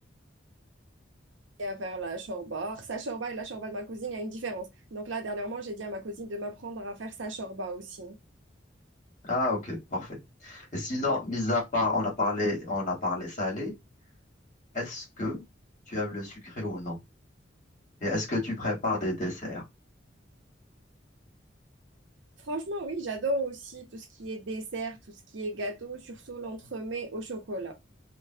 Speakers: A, on the right; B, on the left.
A: à faire la chorba. Sa chorba et la chorba de ma cousine, il y a une différence. Donc là, dernièrement, j'ai dit à ma cousine de m'apprendre à faire sa chorba aussi.
B: Ah, ok, parfait. Et sinon, mis à part, on a parlé, on a parlé salé, est-ce que tu aimes le sucré ou non? Et est-ce que tu prépares des desserts?
A: Franchement, oui, j'adore aussi tout ce qui est dessert, tout ce qui est gâteau, surtout l'entremets au chocolat.